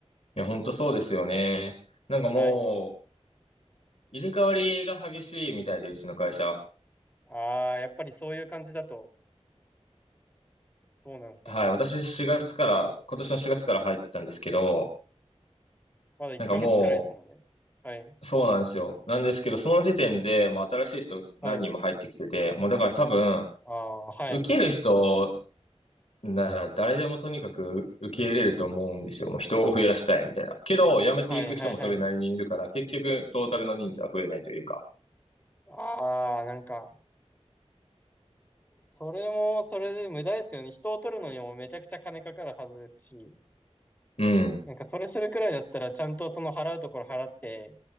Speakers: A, on the left (about 65°); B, on the left (about 15°).
A: や、本当そうですよね。なんかもう、
B: はい。
A: 入れ替わりが激しいみたいで、うちの会社。
B: ああ、やっぱりそういう感じだと、そうなんですかね。
A: はい。私4月から、今年の4月から入ったんですけど、
B: まだ1ヶ月くらいですもんね。
A: なんかもう、
B: はい。
A: そうなんですよ。なんですけど、その時点で、まあ、新しい人何人も入ってきてて、
B: はい。
A: もうだから多分、
B: ああ、はい。
A: 受ける人なら誰でもとにかく受け入れると思うんですよ。もう人を増やしたいみたいな。けど、辞めていく人もそれなりにいるから、
B: はい、はい、はい。
A: 結局、トータルの人数は増えないというか。
B: ああ、なんか、それも、それで無駄ですよね。人を取るのにもめちゃくちゃ金かかるはずですし、
A: うん。
B: なんかそれするくらいだったら、ちゃんとその払うところ払って、